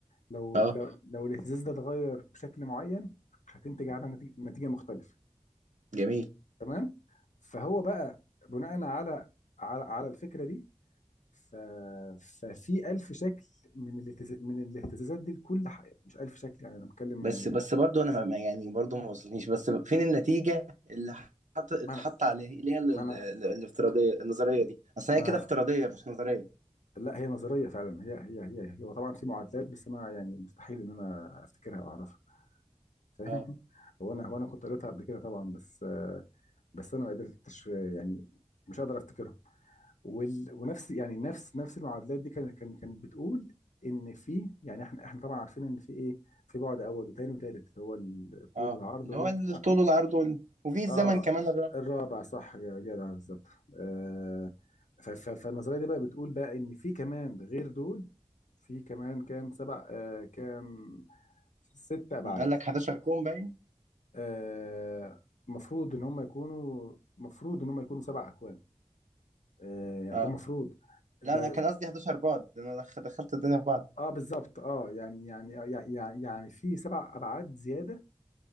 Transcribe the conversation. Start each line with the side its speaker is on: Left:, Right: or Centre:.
Left: لو
Right: اه
Left: لو اه لو الاهتزاز ده اتغير بشكل معين هتنتج عنها نتيجة نتيجة مختلفة
Right: جميل
Left: تمام فهو بقى بناء على على على الفكرة دي ف... ففي ألف شكل من الاهتزاز من الاهتزازات دي لكل حاجة مش ألف شكل يعني أنا بتكلم
Right: بس
Left: يعني
Right: بس برضو انا ما ما- يعني برضو ما وصلتنيش بس فين النتيجة اللي حط اتحط
Left: ما أنا
Right: عليها ال-
Left: ما
Right: ال-
Left: أنا
Right: ال- الافتراضية النظرية دي اصل هي
Left: ما
Right: كده افتراضية
Left: أنا
Right: مش نظرية
Left: لا هي نظرية فعلا هي هي هي هي وطبعا في معادلات بس أنا يعني مستحيل إن أنا أفتكرها أو أعرفها فاهم
Right: اه
Left: هو أنا هو أنا كنت قريتها قبل كده طبعا بس آه، بس أنا ما قدرتش يعني مش قادر أفتكرها وال... ونفس يعني نفس نفس المعادلات دي كانت كانت كانت بتقول ان في يعني احنا احنا طبعا عارفين ان في ايه في بعد اول وتاني وتالت اللي هو الطول
Right: اه
Left: والعرض
Right: اللي
Left: والارتفاع
Right: هو الطول والعرض وال... وفي الزمن
Left: اه بالظبط
Right: كمان الرابع
Left: الرابع صح يا جدع بالظبط آه ف... ف... فالنظريه دي بقى بتقول بقى ان في كمان غير دول في كمان كام سبع آه كام ست ابعاد
Right: أمم، قال لك 11 كون باين
Left: آه مفروض ان هم يكونوا مفروض ان هم يكونوا سبع اكوان آه يعني
Right: اه
Left: ده مفروض ده
Right: لا انا كان قصدي 11 بعد ده انا دخ- دخلت الدنيا في بعض
Left: اه بالظبط اه يعني يعني آه، يعني يعني في سبع ابعاد زياده